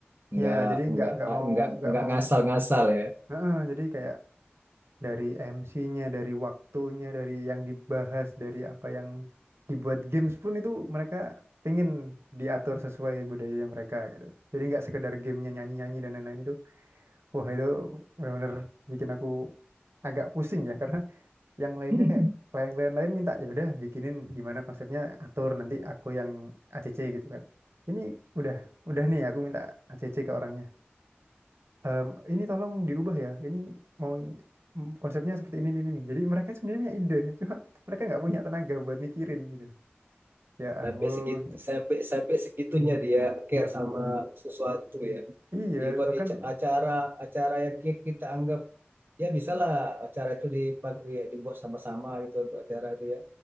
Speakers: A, on the right (about 55°); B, on the right (about 85°).
A: nggak
B: ya jadi
A: nggak
B: nggak nggak mau
A: nggak
B: nggak
A: nggak
B: mau
A: ngasal-ngasal ya.
B: Heeh, jadi kayak dari MC-nya dari waktunya dari yang dibahas dari apa yang dibuat games pun itu mereka pengen diatur sesuai budaya mereka gitu jadi nggak sekedar gamenya nyanyi nyanyi dan lain-lain itu wah itu benar-benar bikin aku agak pusing ya <laughs> karena yang lainnya
A: <laughs>
B: kayak klien-klien lain minta ya udah bikinin gimana konsepnya atur nanti aku yang ACC gitu kan ini udah udah nih aku minta ACC ke orangnya Ehm, ini tolong dirubah ya ini mau mm, konsepnya seperti ini ini ini jadi mereka sebenarnya punya ide <laughs> cuma mereka nggak punya tenaga buat mikirin gitu ya ampun
A: sampai segitu sampai sampai segitunya dia care sama sesuatu ya
B: iya
A: dibuat
B: bahkan
A: acara acara yang kita anggap ya bisalah acara itu dipakai ya, dibuat sama-sama gitu untuk acara itu ya